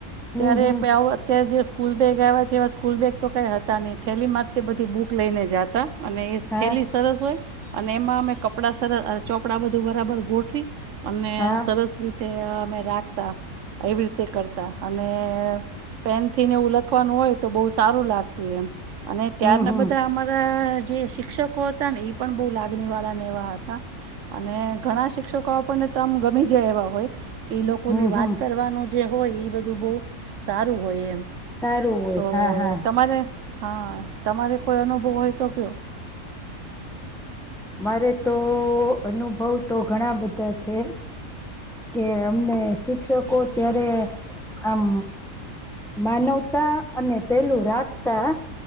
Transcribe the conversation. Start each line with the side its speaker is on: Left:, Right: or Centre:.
Centre: હમ
Right: ત્યારે
Centre: હમ
Right: <unintelligible> અત્યારે જે સ્કૂલ બેગ આવ્યા જેવા સ્કૂલ બેગ તો કઈ હતા ની થેલીમાં જ તે બધી બુક લઈને જાતા. અને એ
Centre: હા
Right: થેલી સરસ હોય. અને એમાં અમે કપડા સરસ અ ચોપડા બધા બરાબર ગોઠવી અને
Centre: હા
Right: સરસ રી તે અમે રાખતા, એવી રીતે કરતા અને પેન થીને એવું લખવાનું હોય તો બહુ સારું લાગતું એમ અને ત્યારના
Centre: હમ હમ
Right: બધા અમારા જે શિક્ષકો હતા ને એ પણ બહુ લાગણી વાળા ને એવા હતા. <inaudible> અને ઘણા શિક્ષકો આપણને ત એમ ગમી જાય એવા હોય, ઈ લોકો
Centre: હમ
Right: ને વાત
Centre: હમ
Right: કરવાનું જે હોય એ બધું બહુ સારું હોય એમ
Centre: સારું હોય
Right: તો
Centre: હા હા.
Right: તમારે હા તમારે કોઈ અનુભવ હોય તો કેઓ.
Centre: મારે તો અનુભવ તો ઘણા બધા છે, કે અમને શિક્ષકો ત્યારે આમ માનવતા અને પેલું રાખતા